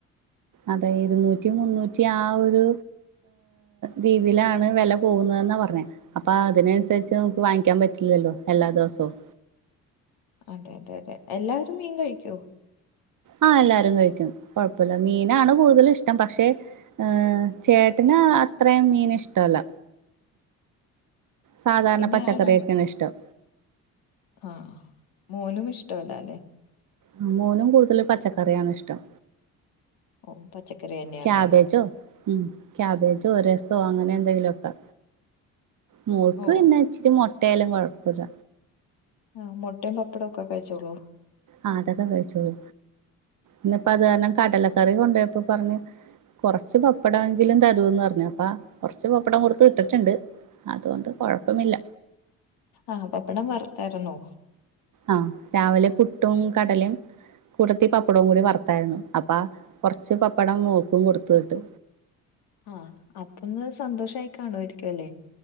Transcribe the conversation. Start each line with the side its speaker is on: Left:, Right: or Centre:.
Right: അതെ ഇരുന്നൂറ്റി മുന്നൂറ്റി ആഹ് ഒരു രീതിയിലാണ് വില പോകുന്നതെന്നാ പറഞ്ഞെ അപ്പൊ അതിനനുസരിച്ച് നമുക്ക് വാങ്ങിക്കാൻ പറ്റില്ലല്ലോ എല്ലാ ദിവസവും
Left: അതെ അതെ അതെ എല്ലാരും മീൻ കഴിക്കോ
Right: ആഹ് എല്ലാരും കഴിക്കും കുഴപ്പല്ല മീനാണ് കൂടുതലും ഇഷ്ടം പക്ഷെ ഏഹ് ചേട്ടന് അത്രയും മീൻ ഇഷ്ടല്ല സാധാരണ
Left: പിന്നെ
Right: പച്ചക്കറിയൊക്കെയാണ്
Left: അഹ്
Right: ഇഷ്ടം
Left: ആഹ് മോനും ഇഷ്ടല്ല അല്ലെ
Right: ആഹ് മോനും കൂടുതൽ പച്ചക്കറിയാണ് ഇഷ്ടം
Left: ഓ പച്ചക്കറി തന്നെയാല്ലേ
Right: കാഭേജോ? ആഹ് കാബേജോ രസോ അങ്ങനെ എന്തെങ്കിലുമൊക്കെ മോൾക്ക്
Left: ഓ
Right: പിന്നെ ഇച്ചിരി മുട്ടയാലും കുഴപ്പമില്ല
Left: ആഹ് മുട്ടയും വപ്പടവും ഒക്കെ കഴിച്ചോളൂ
Right: ആഹ് അതൊക്കെ കഴിച്ചോളൂ ഇന്നപ്പ അത് കാരണം കടലക്കറി കൊണ്ടുപോയപ്പോ പറഞ്ഞു കുറച്ച് പപ്പട എങ്കിലും തരുവന്ന് പറഞ്ഞപ്പാ കൊറച്ച് പപ്പടം കൊടുത്ത വിട്ടിട്ടുണ്ട് അതുകൊണ്ട് കുഴപ്പമില്ല
Left: ആഹ് വപ്പടം വറുത്താരുന്നോ
Right: ആഹ് രാവിലെ പുട്ടും കടലയും കൂട്ടത്തി പപ്പടവും കൂടി വറുത്തായിരുന്നു അപ്പ കുറച്ച് പപ്പടം ഓൽക്കും കൊടുത്തു വിട്ട്
Left: ആഹ് അപ്പൊ ഒന്ന് സന്തോഷായി കാണുവായിരിക്കും അല്ലേ